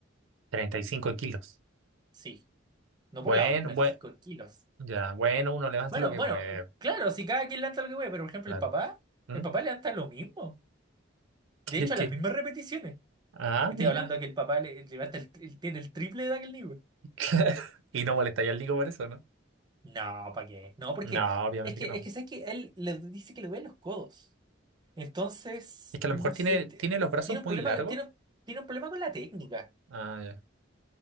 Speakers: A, on the right; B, on the right.
A: 35 kilos.
B: sí, no
A: Bueno,
B: por lado, treinta
A: bueno,
B: y cinco kilos.
A: ya, bueno, uno levanta
B: Bueno,
A: lo que
B: bueno,
A: puede.
B: claro, si cada quien levanta lo que puede, pero por ejemplo
A: Claro.
B: el papá,
A: ¿Mm?
B: el papá levanta lo mismo. De
A: ¿Y
B: hecho,
A: qué?
B: las mismas repeticiones.
A: Ah,
B: Estoy
A: mira.
B: hablando de que el papá le- levanta el, tri- tiene el triple de aquel niño.
A: <laughs> Y no molestaría al Nico por eso, ¿no?
B: No, ¿para qué? No, porque
A: No, obviamente
B: es que,
A: que no.
B: es que sabes que él le dice que le duelen los codos. Entonces,
A: Es que a
B: no
A: lo mejor tiene,
B: sé, t-
A: tiene los brazos
B: tiene un
A: muy
B: problema,
A: largos.
B: tiene, tiene un problema con la técnica.
A: Ah, ya.